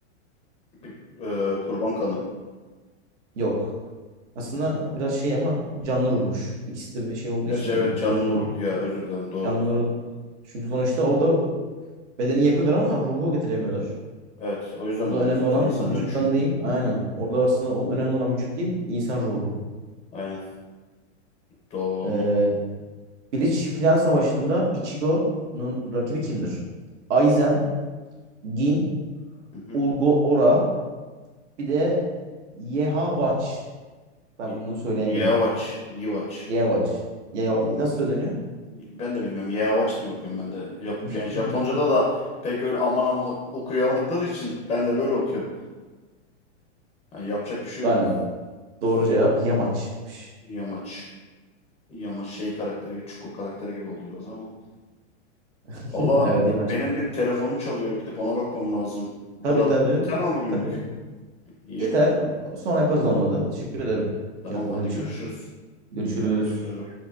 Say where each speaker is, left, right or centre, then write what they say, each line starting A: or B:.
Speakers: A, on the left; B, on the right.
A: Bir, e, kurban kanı.
B: Yok. Aslında biraz şey ama canlı ruhmuş. İkisi de bir şey olduğu
A: Gerçi
B: için
A: evet
B: böyle
A: canlı
B: kurban gibi.
A: ruh ya özür dilerim doğru.
B: Canlı ruh. Çünkü sonuçta o da bedeni yapıyorlar ama ruhu getiremiyorlar.
A: Evet o yüzden
B: Orada
A: olmuyor
B: önemli
A: zaten
B: olan
A: insan
B: vücuttan
A: dönüşümü.
B: değil. Aynen. Orada aslında o- önemli olan vücut değil, insan ruhu.
A: Aynen. Doğru onu.
B: Ee, Bleach final savaşında Ichigo'nun rakibi kimdir? Aizen, Gin,
A: Hı hı.
B: Ulgo Ora, bir de Yehwach. Ben
A: Y-
B: bunu söyleyemedim.
A: Yeavaç. Yivaç.
B: Yehwach. Ye- nasıl söyleniyor?
A: Ben de bilmiyorum. Yeavaç diye okuyorum ben de. Jap
B: <laughs>
A: yani Japonca'da da pek öyle aman aman okuyamadıkları için ben de böyle okuyorum. Yani yapacak bir şey
B: Aynen.
A: yok.
B: Doğru cevap Yamaç'mış.
A: Yamaç. İyi ama şey karakteri gibi, çukur karakteri gibi oldu biraz ama.
B: <laughs>
A: Valla
B: Evet
A: e,
B: Yamaç.
A: benim bir telefonum çalıyor. Gidip ona bakmam lazım. Bu
B: Tabii
A: kadar
B: tabii.
A: yeter mi bugünlük?
B: Tabii.
A: İyi.
B: Yeter. Sonra yaparız olmadı. Teşekkür ederim
A: Tamam
B: cevapladığın
A: hadi
B: için.
A: görüşürüz.
B: Görüşürüz.
A: Teşekkür ederim.